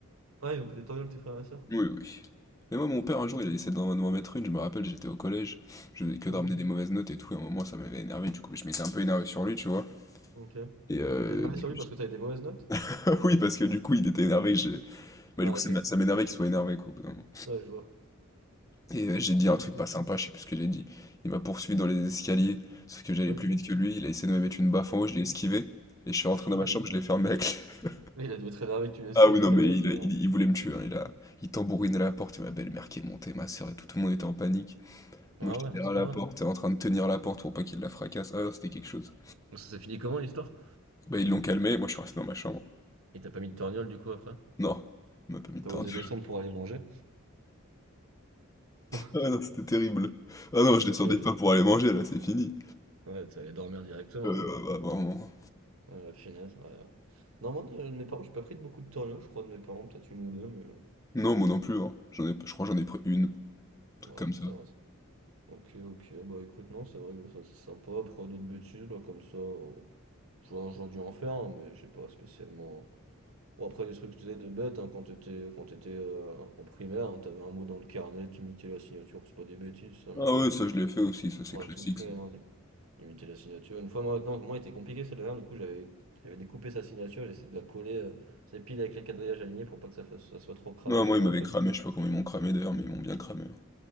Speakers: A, on the right; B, on the left.
A: Ouais, ils ont pris des torgnoles, tes frères et sœurs?
B: Oui, oui. Mais moi, mon
A: Mhm.
B: père, un jour, il a essayé de m'en mettre une. Je me rappelle, j'étais au collège. Je faisais que
A: Mhm.
B: de ramener des mauvaises notes et tout. Et à un moment, ça m'avait énervé. Du coup, je m'étais un peu énervé sur lui, tu vois.
A: Ok.
B: Et euh,
A: Tu t'es énervé
B: du-
A: sur lui parce que t'avais des mauvaises notes?
B: <laughs> ah oui, parce que du coup, il était énervé. que j'ai- Bah,
A: Ah,
B: du coup,
A: ok.
B: ça m'a- ça m'énervait qu'il soit énervé, quoi, au bout d'un moment.
A: Ouais, je vois.
B: Et euh, j'ai dit un
A: Et
B: truc
A: du coup?
B: pas sympa, je sais plus ce que j'ai dit. Il m'a poursuivi dans les escaliers. Sauf que j'allais
A: Oui,
B: plus
A: putain.
B: vite que lui. Il a essayé de me mettre une baffe en haut. Je l'ai esquivé. Et je suis rentré
A: <laughs>
B: dans ma
A: Il a
B: chambre, je l'ai fermé à clé. <laughs>
A: mais il a dû être énervé que tu l'esquives,
B: Ah oui,
A: ça,
B: non,
A: ça
B: mais
A: doit
B: il,
A: les énerver.
B: a- il, il voulait me tuer. hein. Il a, il tambourinait la porte. Il m'a belle-mère qui est montée, ma soeur et tout. Tout le monde était en panique.
A: Ah
B: Moi, j'étais
A: ouais,
B: derrière
A: à ce point-là.
B: la porte, en train de tenir la porte pour pas qu'il la fracasse. Ah, c'était quelque chose.
A: Donc Ça s'est fini comment l'histoire?
B: Bah, ils l'ont calmé, moi, je suis resté dans ma chambre.
A: Il t'a pas mis de torgnole du coup après?
B: Non, on m'a pas mis de
A: T'as
B: temps.
A: osé
B: <laughs>
A: descendre pour aller manger? <laughs> Bon,
B: Ah
A: ça,
B: non, c'était terrible. Ah
A: ah,
B: non,
A: ça
B: je descendais
A: te fait.
B: pas pour aller manger, là, c'est fini.
A: Ouais, t'es allé dormir directement,
B: Euh,
A: là. hein.
B: bah, vraiment.
A: Ah la punaise, ouais. ouais. Non, moi, de, de mes parents, j'ai pas pris de beaucoup de tornados, je crois, de mes parents, peut-être une ou deux, mais euh,
B: Non, moi non plus, hein. J'en ai, je crois que j'en ai pris une, un truc
A: non,
B: comme ça.
A: ça va. Ok, ok, bah écoute, non, c'est vrai que bah, ça, c'est sympa. Après, d'autres bêtises, là, comme ça, euh, j'aurais j'aurais dû en faire, hein, mais j'ai pas spécialement... Bon, après, des trucs, que tu sais, de bêtes, hein, quand t'étais quand t'étais euh, en primaire, hein, t'avais un mot dans le carnet, t'imitais la signature, c'est pas des bêtises, ça, mais
B: Ah
A: ça,
B: oui,
A: c'est
B: ça,
A: des trucs...
B: je l'ai fait aussi, ça, c'est
A: On
B: classique,
A: l'a tous fait,
B: ça.
A: hein, Limiter la signature. Une fois, moi, non, moi, était compliqué celle dernière, du coup, j'avais j'avais découpé sa signature, j'essayais de la coller, euh, c'est pile avec les quadrillages alignés pour pas que ça, fasse- ça soit trop cramé,
B: Non, moi,
A: je me
B: ils
A: rappelle.
B: m'avaient cramé, je sais pas comment ils m'ont cramé, d'ailleurs, mais ils m'ont bien cramé. hein.